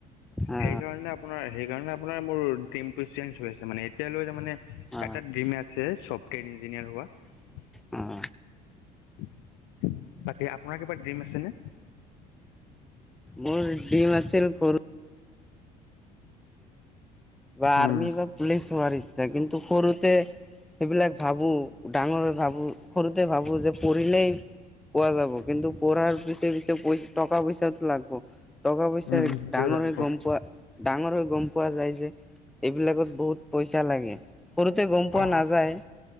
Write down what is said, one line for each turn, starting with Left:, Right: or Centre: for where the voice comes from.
Centre: অ
Left: সেইকাৰণে আপোনাৰ সেইকাৰণে আপোনাৰ। বোৰ ড্ৰীম টো চেঞ্জ হৈ মানে এতিয়ালৈ তামানে
Centre: অ অ
Left: এটা ডিম আছে ছফ্টৱেৰ ইঞ্জিনিয়াৰ হোৱা।।
Centre: উম।
Left: <unintelligible> এই আপোনাৰ কিবা ড্ৰিম আছেনে?
Centre: মোৰ ডিম আছিল সৰু। বা আৰ্মি
Left: উম
Centre: বা পুলিচ হোৱাৰ ইচ্ছা কিন্তু সৰুতে। সেইবিলাক ভাবো ডাঙৰ হৈ ভাবো, সৰুতে ভাবো যে পঢ়িলেই। পোৱা যাব কিন্তু পঢ়াৰ পিছে পিছে পই টকা পইচাটো লাগব। টকা পইচা
Left: উম সেইটোতো
Centre: ডাঙৰ
Left: লাগব
Centre: হৈ গম পোৱা ডাঙৰ হৈ গম পোৱা যায় যে। এইবিলাকত বহুত পইচা লাগে। সৰুতে গম পোৱা
Left: অ
Centre: নাযায়।